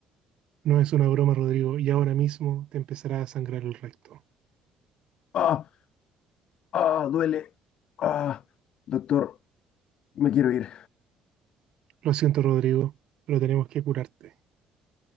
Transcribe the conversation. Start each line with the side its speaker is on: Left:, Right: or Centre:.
Right: No es una broma, Rodrigo, y ahora mismo te empezará a sangrar el recto.
Left: ¡Ah! Ah, duele. Ah, doctor, me quiero ir.
Right: Lo siento, Rodrigo, pero tenemos que curarte.